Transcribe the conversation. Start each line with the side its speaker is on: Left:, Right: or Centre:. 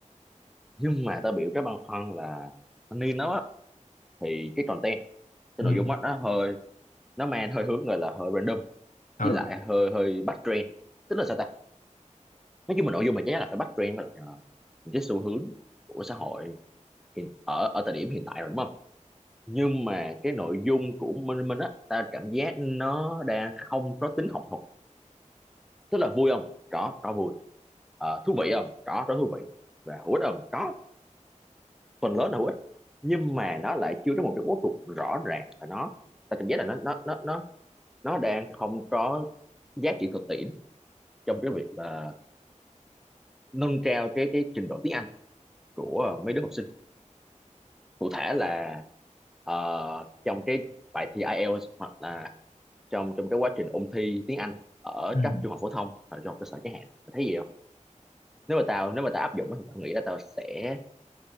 Centre: nhưng mà ta biểu cái băn khoăn là thanh niên đó á, thì cái content cái
Left: ừ
Centre: nội dung đó nó hơi nó mang hơi hướng gọi là hơi random
Left: ừ
Centre: với lại hơi hơi bắt trend tức là sao ta nói chung là nội dung mà chắc chắn là phải bắt trend với lại ờ, những cái xu hướng của xã hội hiện, ở ở thời điểm hiện tại rồi đúng không nhưng mà cái nội dung của Minh Minh á ta cảm giác nó đang không có tính học thuật tức là vui không có có vui Ờ, thú vị không có có thú vị và hữu ích không có phần lớn là hữu ích nhưng mà nó lại chưa có một cái bố cục rõ ràng và nó ta cảm giác là nó nó nó nó nó đang không có giá trị thực tiễn trong cái việc là nâng cao cái cái trình độ tiếng Anh của ờ, mấy đứa học sinh cụ thể là ờ, trong cái bài thi IELTS hoặc là trong trong cái quá trình ôn thi tiếng Anh ở
Left: ừ
Centre: cấp trung học phổ thông hoặc là trung học cơ sở chẳng hạn mày thấy gì không nếu mà tao nếu mà tao áp dụng á thì tao nghĩ là tao sẽ